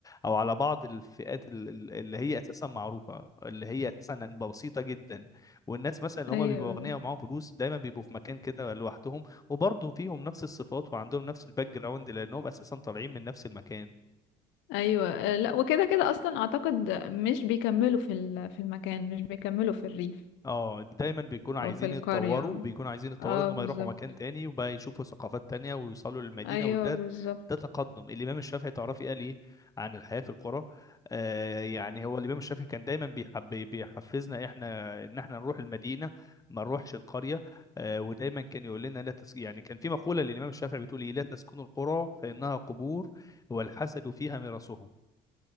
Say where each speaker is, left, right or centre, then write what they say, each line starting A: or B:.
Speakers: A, on the left; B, on the left.
A: او على بعض الفئات ال- ال- اللي هي اساسا معروفه اللي هي اساسا بسيطه جدا والناس مثلا اللي
B: ايوه
A: هم بيبقوا اغنياء ومعاهم فلوس دايما بيبقوا في مكان كده لوحدهم وبرضه فيهم نفس الصفات وعندهم نفس الباك جراوند لانهم اساسا طالعين من نفس المكان
B: ايوه آه، لا وكده كده اصلا اعتقد مش بيكملوا في ال- في المكان مش بيكملوا في الريف
A: اه دايما بيكونوا
B: او
A: عايزين
B: في القرية
A: يتطوروا بيكونوا عايزين يتطوروا
B: اه
A: انهم
B: بالظبط
A: يروحوا مكان تاني وبقى يشوفوا ثقافات تانية ويوصلوا للمدينة
B: ايوه
A: وده
B: بالظبط
A: ده تقدم الامام الشافعي تعرفي قال ايه عن الحياة في القرى آه يعني هو الامام الشافعي كان دايما بيحب بيحفزنا احنا ان احنا نروح المدينة ما نروحش القرية آه ودايما كان يقول لنا لا تس... يعني كان في مقولة للامام الشافعي بتقول ايه لا تسكنوا القرى فانها قبور والحسد فيها مرسهم